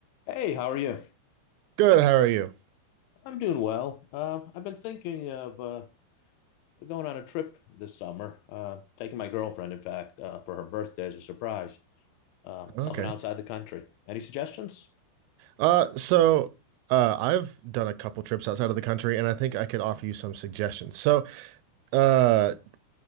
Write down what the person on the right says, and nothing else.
Good, how are you?
Okay.
Uh, so uh, I've done a couple trips outside of the country, and I think I could offer you some suggestions. So, uh,